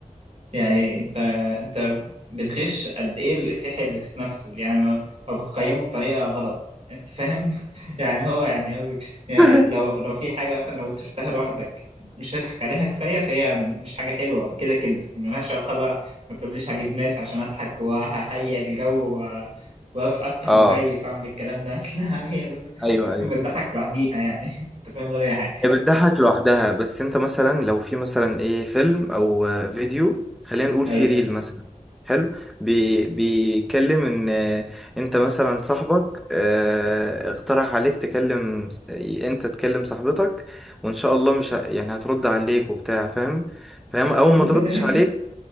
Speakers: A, on the right; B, in the centre.
A: يعني انت انت بتغش قد ايه الافيه اللي في نفسه يعني ما- او بتقيمه بطريقه غلط انت فاهم <laughs> يعني هو يعني قصدي يعني
B: <laughs>
A: لو لو في حاجه مثلا لو انت شفتها لوحدك مش هتضحك عليها كفايه فهي مش حاجه حلوه كده كده ملهاش علاقه بقى ما تقوليش هجيب ناس عشان اضحك وههيئ الجو و- وافتح
B: اه
A: المكيف واعمل الكلام ده <laughs> لا هي لازم
B: ايوه
A: لازم تكون
B: ايوه
A: بتضحك لوحديها يعني <laughs> انت فاهم غير اي حاجه
B: هي بتضحك لوحدها بس انت مثلا لو في مثلا ايه فيلم او آه، فيديو خلينا نقول
A: ايوه
B: في ريل مثلا حلو بي بيتكلم ان آه، انت مثلا صاحبك آه، اقترح عليك تكلم س- انت تكلم صاحبتك وان شاء الله مش ه- يعني هترد عليك وبتاع فاهم فاهم اول
A: <laughs>
B: ما تردش عليك